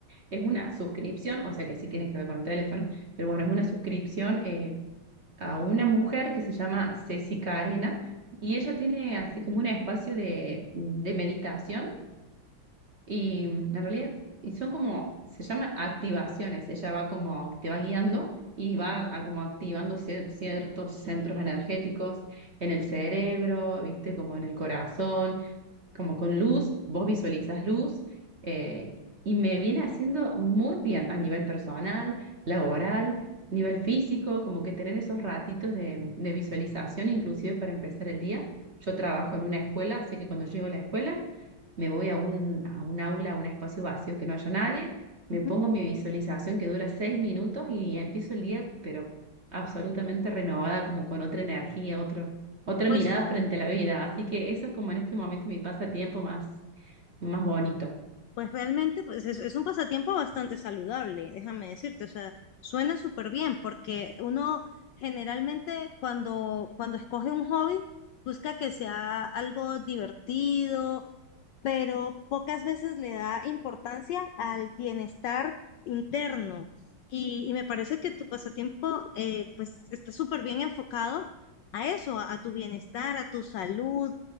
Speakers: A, on the right; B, on the left.
A: Es una suscripción, o sea que sí tiene que ver con el teléfono, pero bueno, es una suscripción. eh, a una mujer que se llama Ceci Carena y ella tiene así como un espacio de, de meditación y mm, en realidad y son como, se llaman activaciones, ella va como, te va guiando y va a como activando cier- ciertos centros energéticos en el cerebro, viste, como en el corazón como con luz, vos visualizas luz, eh, y me viene haciendo muy bien a nivel personal, laboral, nivel físico, como que tener esos ratitos de, de visualización, inclusive para empezar el día. Yo trabajo en una escuela, así que cuando llego a la escuela me voy a un, a un aula, a un espacio vacío que no haya nadie, me
B: Ujú.
A: pongo mi visualización que dura seis minutos y empiezo el día, pero absolutamente renovada, como con otra energía, otra
B: Pues,
A: mirada frente a la vida. Así que eso es como en este momento mi pasatiempo más, más bonito.
B: pues realmente pues es, es un pasatiempo bastante saludable, déjame decirte. O sea, suena súper bien porque uno generalmente cuando, cuando escoge un hobby busca que sea algo divertido, pero pocas veces le da importancia al bienestar interno. Y, y me parece que tu pasatiempo eh, pues está súper bien enfocado a eso, a, a tu bienestar, a tu salud,